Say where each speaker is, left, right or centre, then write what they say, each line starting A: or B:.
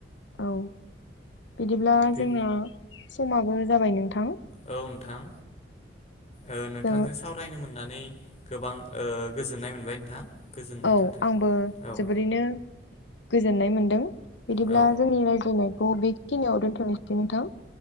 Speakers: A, on the left (about 80°); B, on the left (about 35°).
A: औ बिदिब्ला
B: बे
A: जोंना समाबो जाबाय नोंथां?
B: औ नोंथां ओ नोंथांजों
A: जों औ
B: सावरायनो मोननानै गोबां ओ गोजोननाय मोनबाय नोंथां गोजोननाय
A: औ
B: थाथों
A: आंबो
B: औ
A: जोबोरैनो गोजोननाय मोन्दों बिदिब्ला
B: औ
A: जोंनि रायज्लायनायखौ बेखिनियाव दोन्थ'नोसै नोंथां?